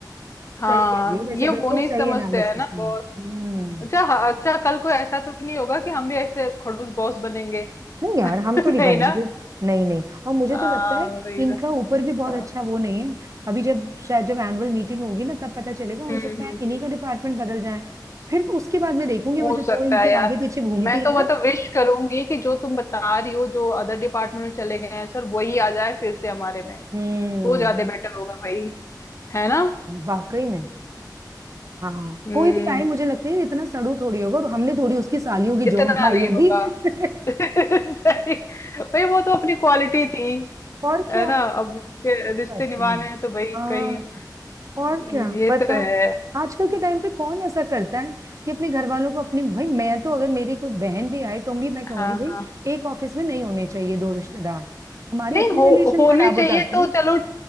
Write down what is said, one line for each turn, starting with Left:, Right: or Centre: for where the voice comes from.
Left: हाँ
Right: सही कह रही हो वैसे
Left: ये
Right: बिल्कुल
Left: वो नहीं
Right: सही
Left: समझते
Right: एनालिसिस
Left: है ना
Right: है
Left: बॉस
Right: हम्म
Left: अच्छा हाँ, अच्छा कल को ऐसा तो नहीं होगा कि हम भी ऐसे खड़ूस बॉस बनेंगे
Right: नहीं यार
Left: <laughs>
Right: हम तो
Left: नहीं
Right: नहीं बनेंगे
Left: ना
Right: नहीं नहीं और मुझे
Left: हाँ
Right: तो लगता है
Left: वही
Right: इनका
Left: ना
Right: ऊपर भी बहुत
Left: हाँ
Right: अच्छा वो नहीं है अभी जब शायद जब एनुअल मीटिंग होगी ना तब पता चलेगा हो
Left: हम्म
Right: सकता
Left: हम्म
Right: है इन्हीं
Left: हम्म
Right: का डिपार्टमेंट बदल जाए फिर उसके बाद मैं देखूंगी
Left: हो
Right: वो जो दो
Left: सकता
Right: इनके
Left: है यार
Right: आगे पीछे घूमती
Left: मैं
Right: है
Left: तो
Right: ना
Left: मतलब विश करूंगी कि जो तुम बता रही हो जो अदर डिपार्टमेंट में चले गए हैं सर वही आ जाए फिर से हमारे में
Right: हम्म
Left: तो ज्यादा बेटर होगा भाई है ना
Right: वाकई में हाँ
Left: हम्म
Right: कोई भी आए मुझे लगता है इतना सड़ू थोड़ी होगा और हमने थोड़ी उसकी सालियों की
Left: इतना
Right: जॉब खाई
Left: नहीं
Right: होगी
Left: होगा
Right: <laughs>
Left: <laughs> सही भाई वो तो अपनी क्वालिटी थी
Right: और क्या
Left: है ना अब उनके रिश्ते
Right: सच
Left: निभाने
Right: में
Left: हैं तो भाई
Right: हाँ
Left: कहीं
Right: और
Left: हम्म,
Right: क्या
Left: ये
Right: पता
Left: तो है
Right: आजकल के टाइम पे कौन ऐसा करता है कि अपने घर वालों को अपनी भाई मैं तो अगर मेरी कोई बहन भी आए तो भी मैं कहूंगी
Left: हाँ
Right: भाई
Left: हाँ
Right: एक ऑफिस में नहीं होने चाहिए दो रिश्तेदार हमारे
Left: नहीं
Right: अपने
Left: हो
Right: रिलेशन
Left: होने
Right: खराब
Left: चाहिए
Right: हो जाते
Left: तो
Right: हैं
Left: चलो